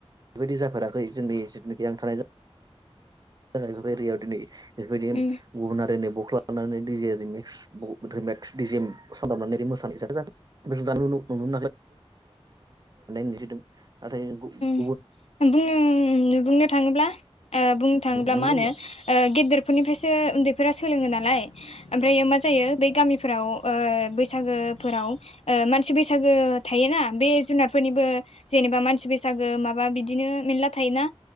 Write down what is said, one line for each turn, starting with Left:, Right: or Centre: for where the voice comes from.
Right: बेबायदि जाफेराखै जोंनि जिथुनाखि आं थानाय जा <unintelligible> एरियायाव दिनै बेफोरबायदि
Left: उम
Right: गुबुन आरिनि बख्ला लानानै दै जेजिंनि <unintelligible> सानदाबनानै मोसानाय <unintelligible> <unintelligible> नाथाय जोंखौ
Left: बुं बुंनो थाङोब्ला बुं थाङोब्ला
Right: नंगौ
Left: मा होनो
Right: नंगौ
Left: गेदेरफोरनिफ्रायसो उन्दैफोरा सोलोङो नालाय ओमफ्रायो मा जायो बे गामिफोराव बैसागोफोराव ओ बैसागु थायोना बे जुनारफोरनिबो जेनेबो मानसि बैसागो माबा बिदिनो मेनला थायोना